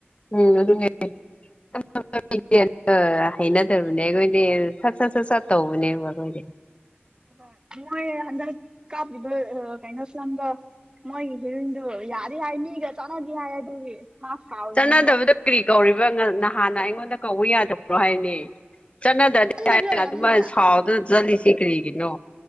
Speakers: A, on the left; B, on the right.
A: ꯎꯝ ꯑꯗꯨꯅꯦ <unintelligible> ꯑ ꯍꯩꯅꯗꯕꯅꯦ ꯑꯩꯈꯣꯏꯗꯤ ꯁꯠ ꯁꯠ ꯁꯠ ꯁꯠ ꯇꯧꯕꯅꯦꯕ ꯑꯩꯈꯣꯏꯗꯤ
B: ꯑꯍꯣꯏ ꯃꯣꯏ ꯍꯟꯗꯛ ꯀꯥꯞꯄꯤꯕ ꯀꯩꯅꯣ ꯁꯦꯝꯗꯣ ꯃꯣꯏꯒꯤ ꯍꯦꯔꯣꯏꯟꯗꯨ ꯌꯥꯗꯤ ꯍꯥꯏ ꯃꯤꯒ ꯆꯥꯟꯅꯗꯤ ꯍꯥꯏ ꯑꯗꯨꯒꯤ ꯃꯥ ꯁꯥꯎꯔꯤꯅꯤꯕ
A: ꯆꯠꯅꯗꯕꯗ ꯀ꯭ꯔꯤ ꯀꯧꯔꯤꯕ ꯉ ꯅꯍꯥꯟꯅ ꯑꯩꯉꯣꯟꯗ ꯀꯧꯕ ꯌꯥꯗꯕ꯭ꯔꯣ ꯍꯥꯏꯋꯅꯤ ꯆꯠꯅꯗꯗꯤ
B: ꯈꯟꯗꯕꯒꯤ
A: ꯍꯥꯏꯔꯒ
B: ꯑꯣꯏꯔꯝꯅꯤꯗ
A: ꯑꯗꯨꯃꯥꯏ ꯁꯥꯎꯗꯅ ꯆꯠꯂꯤꯁꯤ ꯀꯔꯤꯒꯤꯅꯣ